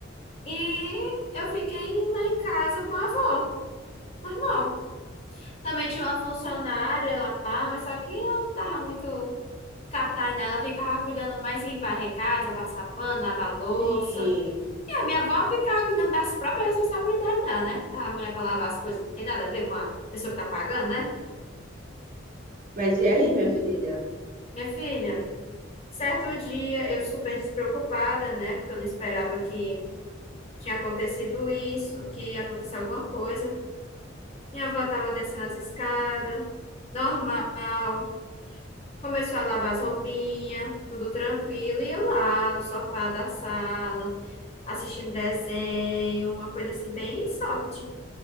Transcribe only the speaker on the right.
Sim.
Mas e aí, minha filha?